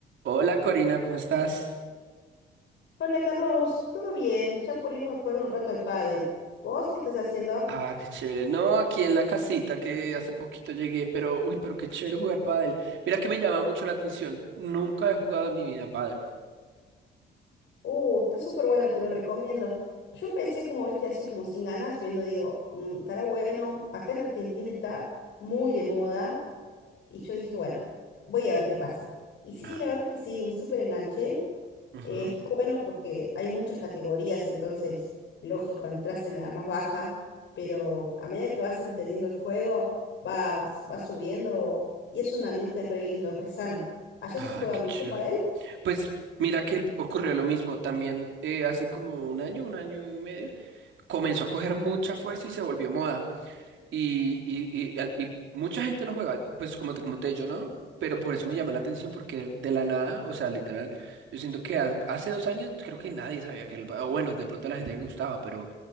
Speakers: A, on the right; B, on the left.
A: Hola Corina, ¿cómo estás?
B: Hola Carlos, ¿todo bien? Ya por irme a jugar un rato al pádel. ¿Vos qué estás haciendo?
A: Ah, qué chévere. No, aquí en la casita que hace poquito llegué, pero uy, pero qué chévere jugar pádel. Mira que me llama mucho la atención. Nunca he jugado en mi vida pádel.
B: Uh, está súper bueno, te lo recomiendo. Yo empecé como viste, así como sin ganas, viendo, digo, "Mm, estará bueno. Acá en Argentina está muy de moda y yo dije, bueno, voy a ver qué pasa. Y sí,
A: Ah,
B: la verdad es que sí, me súper enganché
A: ujú.
B: Eh, está bueno porque hay muchas categorías, entonces, lógico, entras en la más baja, pero a medida que vas entendiendo el juego, vas, vas subiendo y es un ambiente re lindo, re sano. ¿Allá
A: Ah,
B: se juega
A: qué
B: mucho
A: chévere.
B: pádel?
A: Pues mira que ocurrió lo mismo. También eh, hace como un año, un año y medio, comenzó a coger mucha fuerza y se volvió moda. Y, y, y, al- y mucha gente lo juega, pues como te comenté yo, ¿no? Pero por eso me llama la atención, porque de la nada, o sea, literal, yo siento que ha- hace dos años creo que nadie sabía que era el... ba- O bueno, de pronto a la gente le gustaba, pero,